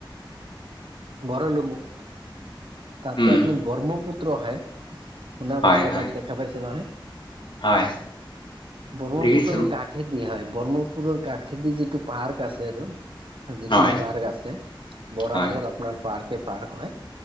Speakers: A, on the right; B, on the left.
A: ভৰলুমুখ তাতে
B: উম
A: আপুনি ব্ৰহ্মপুত্ৰ হয় শুনা
B: হয়
A: পাইছে
B: হয়
A: বা শুনা পাইছে নহয়
B: হয়
A: ব্ৰক্ষ্মপুত্ৰ
B: দেখিছো
A: কাষেদি হয় ব্ৰহ্মপুৰৰ কাষেদি যিটো পাৰ্ক আছে আৰু যিখিনি
B: হয়
A: পাৰ্ক আছে বৰাবৰ
B: হয়
A: আপোনাৰ পাৰ্ক পাৰ্ক হয়